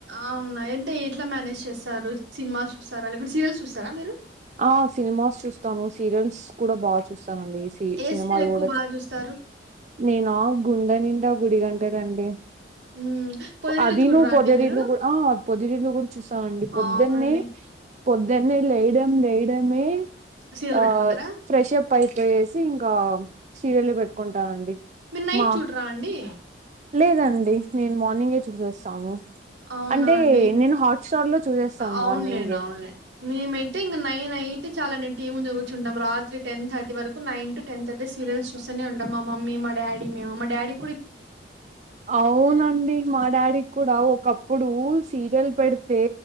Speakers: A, on the right; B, on the right.
A: అవునా అంటే ఎట్లా మేనేజ్ చేస్తారు సినిమాస్ చూస్తారా లేకుంటే సీరియల్స్ చూస్తారా మీరు
B: ఆ సినిమాస్ చూస్తాను సీరియల్స్ కూడా బా చూస్తానండి
A: ఏ
B: సినిమాలు
A: సీరియల్ ఎక్కువ
B: కూడా
A: బాగా చూస్తారు
B: నేనా గుండె నిండా గుడిగంటలండి
A: హ్మ్ పొదరిల్లు
B: అదిను
A: చూడరా
B: పొదరిల్లు
A: అండి మీరు
B: గూడా ఆ పొదిరిల్లు గూడా చూస్త అండి పొద్దున్నే
A: అవునండి
B: పొద్దున్నే లే దెం లేయడమే
A: సీరియల్
B: ఆ
A: పెట్టుకుంటారా
B: ఫ్రెషప్ అయిపోయేసి ఇంకా సీరియల్ లే పెట్టుకుంటానండి
A: మీరు నైట్
B: మా
A: చూడరా అండి
B: లేదండి నేను మార్నింగే చూసేస్తాను
A: అవునా
B: అంటే
A: అండి
B: నేను హాట్స్టార్ లో చూసేస్తాను
A: అవునులేండి
B: మార్నింగే
A: అవునులేండి మేమైతే ఇంగ నైన్ అయితే చాల్ అండి టీవీ ముందే కూర్చుంటాం రాత్రి టెన్ థర్టీ వరకు కు nine to ten thirty serials చూస్తనే ఉంటాం మా మమ్మీ మా డాడీ మేము మా డాడీ
B: అవునండి మా డాడీ కూడా ఒకప్పుడు సీ యల్ పెడితే